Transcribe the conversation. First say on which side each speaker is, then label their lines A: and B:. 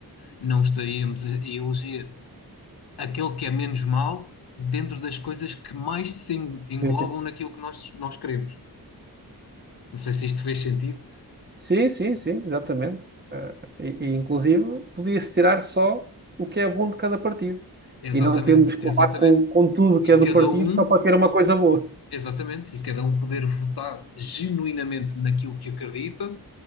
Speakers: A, on the left (about 75°); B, on the right (about 25°).
A: Não estaríamos a eleger aquele que é menos mau dentro das coisas que mais se en- englobam
B: <laughs>
A: naquilo que nós, nós queremos. Não sei se isto fez sentido.
B: Sim, sim, sim, exatamente. Eh, e, e, inclusive, podia-se tirar só o que é bom de cada partido.
A: Exatamente,
B: E não temos que
A: exatamente.
B: levar com, com tudo que
A: E
B: é do
A: cada
B: partido
A: um,
B: só para ter uma coisa boa.
A: exatamente, e cada um poder votar genuinamente naquilo que acredita